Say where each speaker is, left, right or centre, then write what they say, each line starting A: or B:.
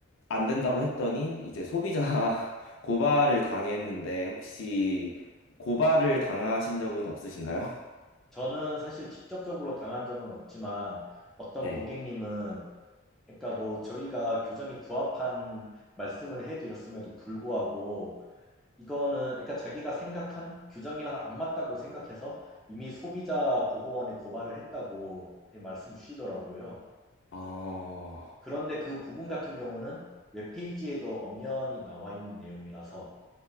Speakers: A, on the left; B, in the centre.
A: 안 된다고 했더니 이제 소비자 <laughs> 고발을 당했는데, 혹시 고발을 당하신 적은 없으신가요? <laughs>
B: 저는 사실 직접적으로 당한 적은 없지만 어떤
A: 네.
B: 고객님은 그러니까 뭐 저희가 규정에 부합한 말씀을 해드렸음에도 불구하고 이거는 그러니까 자기가 생각한 규정이랑 안 맞다고 생각해서 이미 소비자 보호원에 고발을 했다고 말씀 주시더라고요.
A: 어,
B: 그런데 그 부분 같은 경우는 웹페이지에도 엄연히 나와 있는 내용이라서